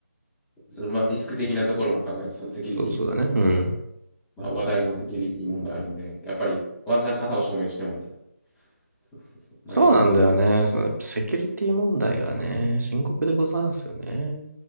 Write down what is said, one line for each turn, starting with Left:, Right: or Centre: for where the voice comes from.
Centre: そのまあリスク的なところも考えて、そのセキュリティの、
Right: そうそうだね。うん。
Centre: まあ話題のセキュリティ問題あるんで、やっぱりワンチャン型を証明してもみたいな。そうそうそう。
Right: そうなんだよね。
Centre: まあ、望まん。
Right: その、セキュリティ問題がね、深刻でございますよね。